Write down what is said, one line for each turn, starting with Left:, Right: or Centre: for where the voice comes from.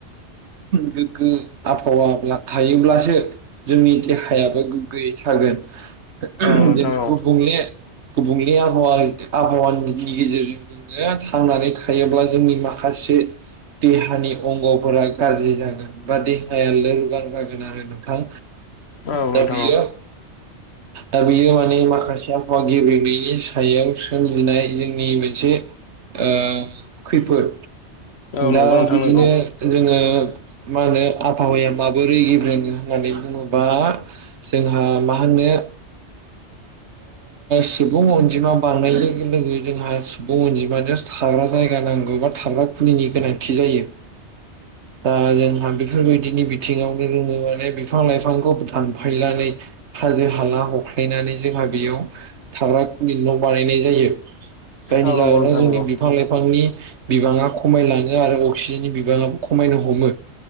Right: गोग्गो आबहाव थायोब्ला जोंनि देहायाबो गोग्गोयै थागोन
Left: औ नोंथां
Right: जों
Left: औ
Right: गुबुंले गुबुंले आबहावा आबहावानि गेजेरजों जोङो थांनानै थायोब्ला जोंनि माखासे माखासे देहानि अंग'फोरा गाज्रि जागोन बा देहाया लोरबां जागोन आरो नोंथां
Left: औ नोंथां
Right: दा बियो
Left: औ
Right: दा बियो माने माखासे आबहावा गेब्रेनायनि सायाव सोमजिनाय जोंनि मोनसे ओ खैफोद
Left: औ
Right: दा
Left: नंगौ नोंथां नंगौ
Right: बिदिनो जोङो मा होनो आबहावाया माबोरै गेब्रेङो होननानै बुङोबा जोंहा मा होनो सुबुं अनजिमा बांनाय लोगो लोगो जोंहा सुबुं अनजिमा थाग्रा जायगा नांगौबा थाग्रा खुलिनि गोनांथि जायो। दा जोंहा बेफोरबायदिनि बिथिङावनो जोङो माने बिफां लाइफांखौ दानफायनानै हाला हख्लायनानै जोंहा बेयाव थाग्रा खुलि न' बानायनाय जायो जायनि
Left: औ
Right: जाहोनाव
Left: नंगौ नोंथां
Right: जोंनि
Left: नंगौ
Right: बिफां लाइफांनि बिबाङा खमायलाङो आरो अक्सिजेननि बिबाङाबो खमायनो हमो